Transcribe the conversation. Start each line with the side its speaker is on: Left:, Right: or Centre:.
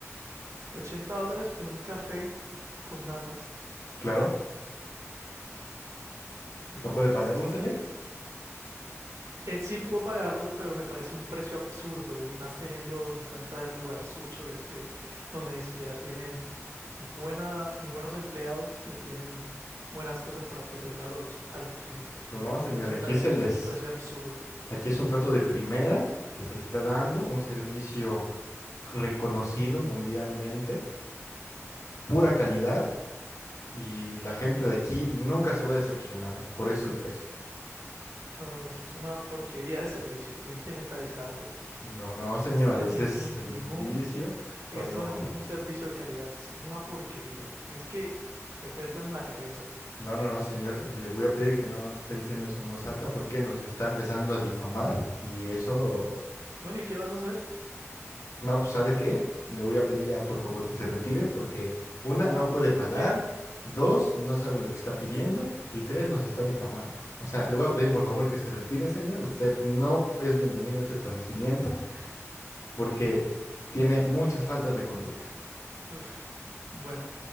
Right: Ochenta dólares por un café con natas?
Left: Claro,
Right: No,
Left: ¿no puede pagarlo,
Right: eso es terrible.
Left: señor?
Right: Eh, sí puedo pagarlo, pero me parece un precio absurdo y más teniendo en cuenta el lugar sucho este, donde ni siquiera tiene ni buena, ni buenos empleados, ni tienen buenas cosas para ofrecerle a los, a los clientes.
Left: No, señor,
Right: Entonces me
Left: aquí
Right: parece
Left: se
Right: que
Left: les
Right: es un precio absurdo.
Left: Aquí es un trato de primera que se le está dando, un servicio reconocido mundialmente, pura calidad y la gente de aquí nunca se va decepcionada, por eso el precio.
Right: No, no, eso es una porquería de servicio. Tienes que mentalizarte porque
Left: No, no, señor,
Right: esto no
Left: ese
Right: es ningún,
Left: es el
Right: ningún,
Left: vicio
Right: esto
Left: cuando...
Right: no es ningún servicio de calidad. Esto es una porquería. Tienes que meterte en la cabeza.
Left: No, no, no, señor, le voy a pedir que no esté diciendo eso en voz alta porque nos está empezando a difamar y eso
Right: Bueno, ¿y qué vas a hacer?
Left: No, pues ¿sabe qué? Le voy a pedir ya, por favor, que se retire porque una, no
Right: Ah,
Left: puede pagar,
Right: ok.
Left: dos, no sabe lo que está pidiendo y tres, nos está difamando. O sea, le voy a pedir, por favor, que se retire, señor. Usted no es bienvenido a este establecimiento porque tiene muchas faltas de conducta.
Right: Uf, bueno,